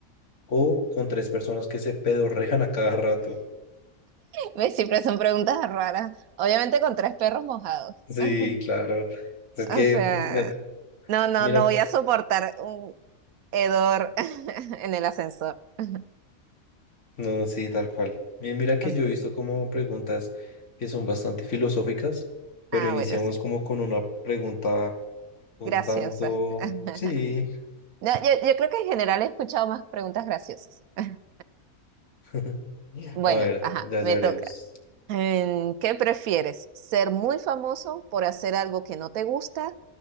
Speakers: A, on the left; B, on the right.
A: o con tres personas que se pedorrejan a cada rato?
B: Ve, Siempre son preguntas raras. Obviamente con tres perros mojados.
A: Sí,
B: <laughs>
A: claro. Es que,
B: O sea,
A: mira,
B: no, no,
A: mira,
B: no voy a soportar un hedor <laughs> en el ascensor. <laughs>
A: no, sí, tal cual. Mi- Mira que
B: O sea,
A: yo he visto como preguntas que son bastante filosóficas, pero
B: Ah,
A: iniciamos
B: bueno, sí.
A: como con una pregunta un
B: Graciosa.
A: tanto,
B: <laughs>
A: sí.
B: No, yo, yo creo que en general he escuchado más preguntas graciosas. <laughs>
A: <laughs>
B: Bueno,
A: A ver,
B: ajá,
A: ya,
B: me
A: ya veremos.
B: toca. Em, ¿Qué prefieres? ¿Ser muy famoso por hacer algo que no te gusta